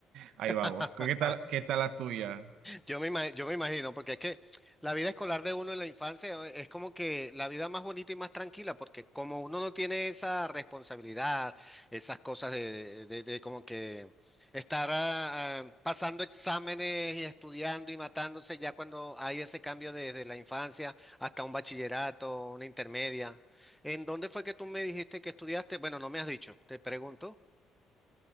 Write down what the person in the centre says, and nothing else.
<laughs>
Yo me imagino, yo me imagino, porque es que la vida escolar de uno en la infancia eh, es como que la vida más bonita y más tranquila, porque como uno no tiene esa responsabilidad, esas cosas de, de- de como que estar ah, ah, pasando exámenes y estudiando y matándose ya cuando hay ese cambio desde la infancia hasta un bachillerato, una intermedia. ¿En dónde fue que tú me dijiste que estudiaste? Bueno, no me has dicho, te pregunto.